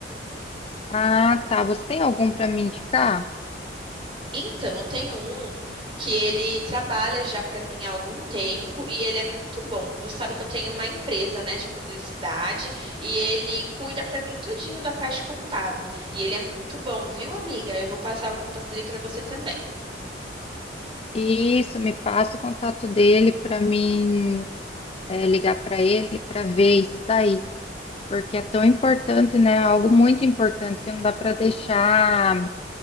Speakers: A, on the left; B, on the right.
A: Ah, tá. Você tem algum para me indicar?
B: Então, eu tenho um que ele trabalha já para mim há algum tempo e ele é muito bom. Você sabe que eu tenho uma empresa, né, de publicidade e ele cuida para mim tudinho da parte contábil. E ele é muito bom, viu, amiga? Eu vou passar o contato dele para você também.
A: Isso, me passa o contato dele para mim, é, ligar para ele para ver isso daí. Porque é tão importante, né? Algo muito importante que não dá para deixar,